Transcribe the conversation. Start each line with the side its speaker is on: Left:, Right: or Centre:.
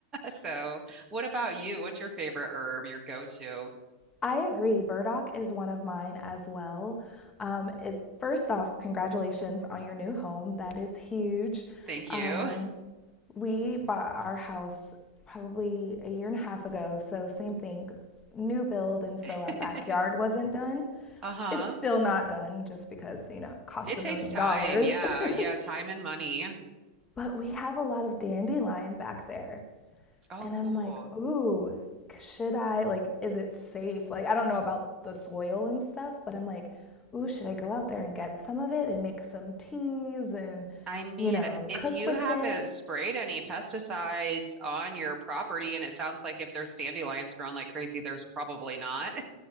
Right: So what about you? What's your favorite herb, your go-to?
Left: I agree. Burdock is one of mine as well. Um, it, first off, congratulations on your new home. That is huge.
Right: Thank you.
Left: Um, we bought our house probably a year and a half ago, so same thing, new build, and so
Right: <laughs>
Left: our backyard wasn't done.
Right: Uh-huh.
Left: It's still not done just because, you know, it costs
Right: It takes
Left: a million
Right: time.
Left: dollars.
Right: Yeah.
Left: <laughs>
Right: Yeah. Time and money.
Left: But we have a lot of dandelion back there.
Right: Oh,
Left: And
Right: cool.
Left: I'm like, ooh, should I, like, is it safe? Like, I don't know about the soil and stuff, but I'm like, ooh, should I go out there and get some of it and make some teas and,
Right: I mean,
Left: you know,
Right: if
Left: cook
Right: you
Left: with
Right: haven't
Left: it?
Right: sprayed any pesticides on your property, and it sounds like if there's dandelions growing like crazy, there's probably not. <laughs>